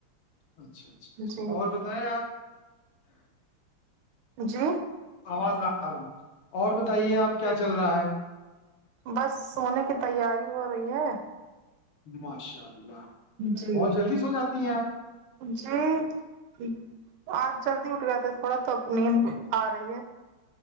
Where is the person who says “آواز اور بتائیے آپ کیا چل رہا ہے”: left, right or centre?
Left